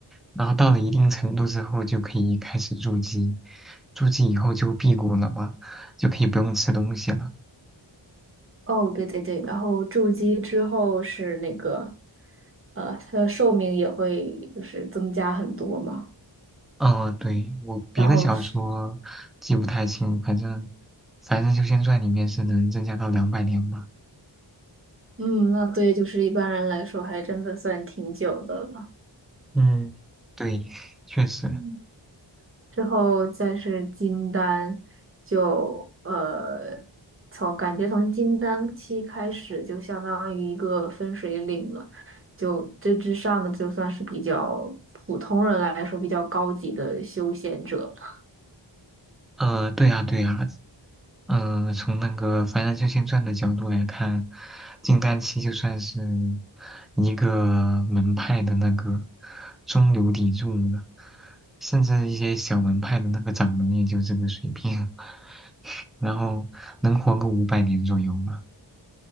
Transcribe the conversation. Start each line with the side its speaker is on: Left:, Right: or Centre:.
Centre: 然后到了一定程度之后就可以开始筑基，筑基以后就辟谷了嘛，就可以不用吃东西了。
Right: 哦，对对对，然后筑基之后是那个，呃，它的寿命也会就是增加很多嘛。
Centre: 嗯，对，我别的小说记不太清，
Right: 然后是，
Centre: 反正反正《修仙传》里面是能增加到两百年吧。
Right: 嗯，那对，就是一般人来说还真的算挺久的了。
Centre: 嗯，对，<laughs> 确实。
Right: 嗯之后再是金丹，就呃，从感觉从金丹期开始，就相当于一个分水岭了。就这之上的，就算是比较普通人来说比较高级的修仙者了。
Centre: 呃，对啊，对啊。嗯，呃从那个《凡人修仙传》的角度来看，金丹期就算是一个门派的那个中流砥柱了，甚至一些小门派的那个掌门也就这个水平，<laughs> 然后能活个五百年左右嘛。